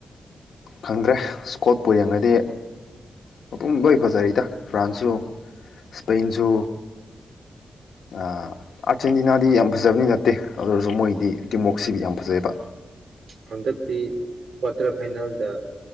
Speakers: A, on the left (about 80°); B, on the right (about 85°).
A: ꯈꯪꯗ꯭ꯔꯦ ꯏꯁꯀꯣꯠꯄꯨ ꯌꯦꯡꯉꯗꯤ ꯃꯄꯨꯡ ꯂꯩ ꯐꯖꯔꯤꯗ ꯐ꯭ꯔꯥꯟꯁꯁꯨ ꯏꯁꯄꯦꯟꯁꯨ ꯑꯥꯔꯖꯦꯟꯇꯤꯅꯥꯗꯤ ꯌꯥꯝ ꯐꯖꯕꯅꯤ ꯅꯠꯇꯦ ꯑꯗꯨ ꯑꯣꯏꯔꯁꯨ ꯃꯣꯏꯗꯤ ꯇꯤꯃꯣꯛꯁꯤ ꯌꯥꯝ ꯐꯖꯩꯑꯕ
B: ꯍꯟꯗꯛꯇꯤ ꯀ꯭ꯋꯥꯇꯔ ꯐꯥꯏꯅꯦꯜꯗ